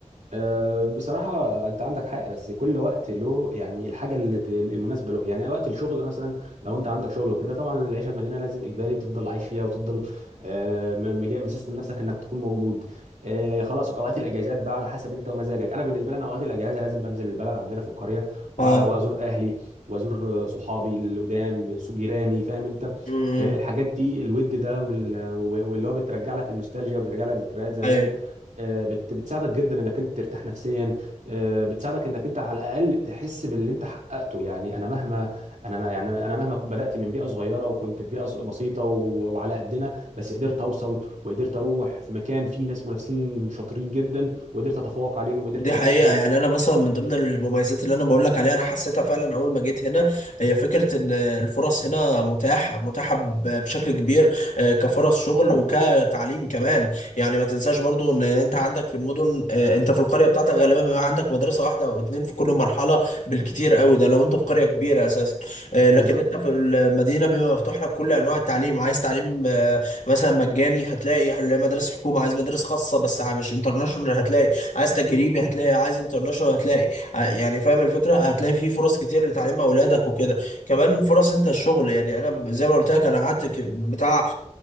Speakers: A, on the right; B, on the left.
A: أه، بصراحة أنت عندك حق بس كل وقت له يعني الحاجة اللي ت- المناسبة له يعني وقت الشغل مثلا لو أنت عندك شغل وكده طبعا العيشة في مدينة لازم إجباري تفضل عايش فيها وتفضل أه، م- مجا- مسيستم نفسك إنك تكون موجود أه، خلاص أوقات الأجازات بقى على حسب أنت ومزاجك أنا بالنسبة لي أنا أوقات الأجازة لازم بنزل البلد عندنا في القرية و-
B: اه
A: وأزور أهلي وأزور أه، صحابي القدام س- جيراني فاهم أنت
B: امم
A: أه، الحاجات دي الود ده وال- واللي هو بترجع لك النوستالجيا وبترجع لك ذكريات زمان
B: أيوه.
A: آه، بت- بتساعدك جدا انك انت ترتاح نفسيا آه، بتساعدك انك انت على الاقل تحس باللي انت حققته يعني انا مهما انا ما- يعني انا مهما بدات من بيئه صغيره وكنت في بيئه ص- بسيطه و- وعلى قدنا بس قدرت اوصل وقدرت اروح في مكان فيه ناس منافسين شاطرين جدا وقدرت اتفوق عليهم وقدرت
B: دي
A: انافسهم
B: حقيقة يعني أنا مثلا من ضمن المميزات اللي أنا بقول لك عليها أنا حسيتها فعلا أول ما جيت هنا هي فكرة إن الفرص هنا متاحة متاحة ب- بشكل كبير آه، كفرص شغل وكتعليم كمان يعني ما تنساش برضو إن أنت عندك في المدن آه، أنت في القرية بتاعتك غالبا بيبقى عندك مدرسة واحدة أو اتنين في كل مرحلة بالكتير قوي ده لو أنت في قرية كبيرة أساسا آه،
A: بالظبط.
B: لكن أنت في المدينة بيبقى مفتوح لك كل أنواع التعليم عايز تعليم آه، مثلا مجاني هتلاقي مدارس حكومة عايز مدارس خاصة بس مش انترناشونال هتلاقي عايز تجريبي هتلاقي عايز انترناشونال هتلاقي ع- يعني فاهم الفكره هتلاقي فيه فرص كتير لتعليم اولادك وكده كمان فرص انت الشغل يعني انا ب- زي ما قلت لك انا قعدت ك- بتاع